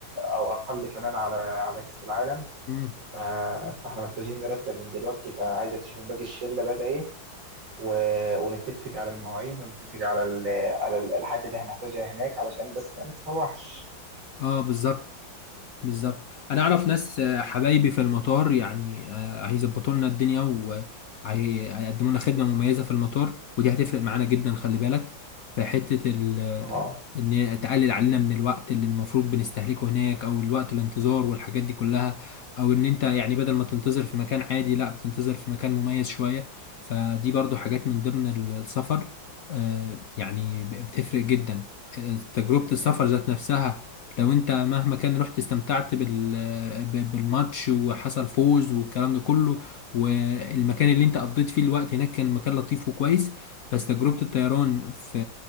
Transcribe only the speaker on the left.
مم.
اه بالظبط بالظبط انا اعرف ناس آه، حبايبي في المطار يعني آه، هيظبطوا لنا الدنيا وهيقدموا لنا خدمه مميزه في المطار ودي هتفرق معانا جدا خلي بالك في حته ال
ان هي تقلل علينا من الوقت اللي المفروض بنستهلكه هناك او الوقت الانتظار والحاجات دي كلها او ان انت يعني بدل ما تنتظر في مكان عادي لا بتنتظر في مكان مميز شويه فدي برضو حاجات من ضمن ال- السفر آه، يعني ب- بتفرق جدا آه، تجربه السفر ذات نفسها لو انت مهما كان رحت استمتعت بال... ب- بالماتش وحصل فوز والكلام ده كله والمكان اللي انت قضيت فيه الوقت هناك كان مكان لطيف وكويس بس تجربة الطيران في